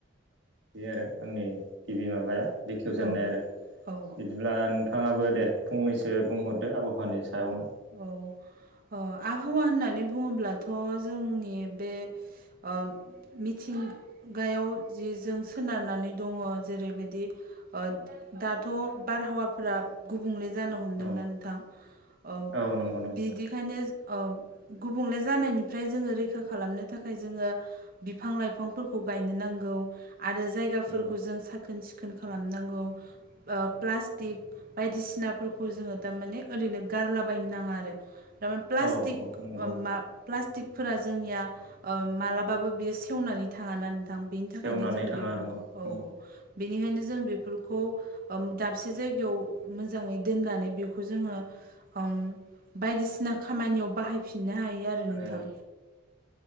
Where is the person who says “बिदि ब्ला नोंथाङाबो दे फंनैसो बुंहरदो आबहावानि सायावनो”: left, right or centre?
Right